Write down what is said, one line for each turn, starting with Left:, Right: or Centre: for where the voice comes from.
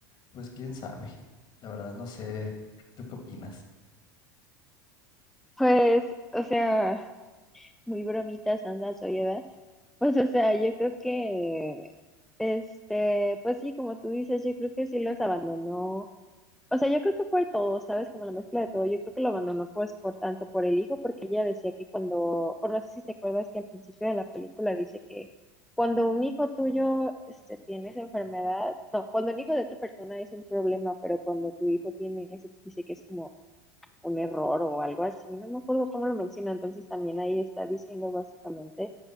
Left: pues quién sabe. La verdad no sé, ¿tú qué opinas?
Centre: Pues, o sea, muy bromitas anda oye, ¿verdad? Pues, o sea, yo creo que, este, pues sí, como tú dices, yo creo que sí los abandonó O sea, yo creo que fue todo, ¿sabes? Como la mezcla de todo. Yo creo que lo abandonó pues por tanto por el hijo, porque ella decía que cuando, por no sé si te acuerdas que al principio de la película dice que cuando un hijo tuyo este, tiene esa enfermedad, no, cuando un hijo de otra persona es un problema, pero cuando tu hijo tiene eso, dice que es como un error o algo así. No me acuerdo cómo lo menciona. Entonces también ahí está diciendo básicamente